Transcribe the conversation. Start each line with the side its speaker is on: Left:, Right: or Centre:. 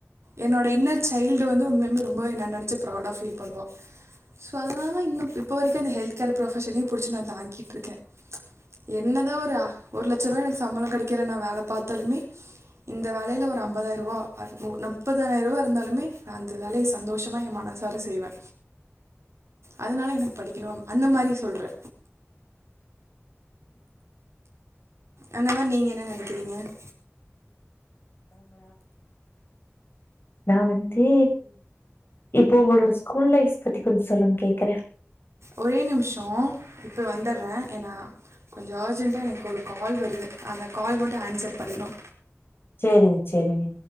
Right: என்னோட இன்னர் சைல்டு வந்து உண்மையால்மே ரொம்ப என்ன நெனச்சு ப்ரௌடா ஃபீல் பண்ணுவா ஸோ அதனால இன்னும் இப்போ வரைக்கு இந்த ஹெல்த் கேர் ப்ரொஃபஷனே புடிச்சு நா தாங்கிட்ருக்கே என்னதா ஒரு அ ஒரு லட்சருவா எனக் சம்பளோ கெடைக்கிற நா வேல பாத்தாலுமே இந்த வேலையில ஒரு ஐம்பதாயிருவா அ மு நம் முப்பதாயிர ரூவா ருந்தாலுமே நா அந்த வேலய சந்தோஷமா எ மனசார செய்வே அதனால எனக் படிக்கணும் அந்த மாரி சொல்றே அந்த மார் நீங்க என்ன நெனைக்கிறீங்க <inaudible>
Left: நா வந்து இப்போ உங்களோட ஸ்கூல் லைஃப் பத்தி கொஞ் சொல்லுங்க கே க்கறே
Right: ஒரே நிம்ஷோ இப்ப வந்தற்றே ஏனா கொஞ்சோ அர்ஜென்ட்டா எனக்கொரு கால் வருது அந்த கால் மட்டு ஆன்சர் பண்ணோ
Left: செரிங்க செரிங்க